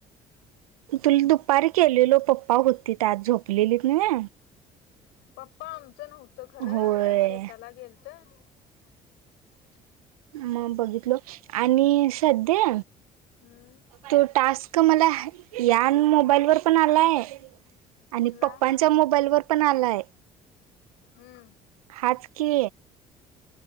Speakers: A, on the right; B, on the left.
A: तुला दुपारी केलेलो पप्पा होतीत आत झोपलेली नव्हे.
B: पप्पा आमचं नव्हतं खरं
A: होय
B: शेताला गेलत. हो <unintelligible>
A: मग बघितलो आणि सध्ये
B: हम्म
A: तो टास्क मला या मोबाईलवर पण आलाय. आणि
B: कुठला
A: पप्पांच्या मोबाईल वर पण आलाय.
B: हम्म.
A: हाच की.